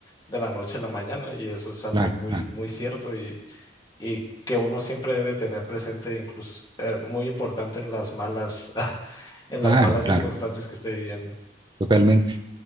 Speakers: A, on the left (about 25°); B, on the right (about 25°).
A: de la noche a la mañana, y eso es algo
B: claro,
A: muy,
B: claro,
A: muy cierto, y y que uno siempre debe tener presente, incluso eh, muy importante en las malas, <laughs> en las
B: claro,
A: malas
B: claro,
A: circunstancias que esté viviendo.
B: totalmente.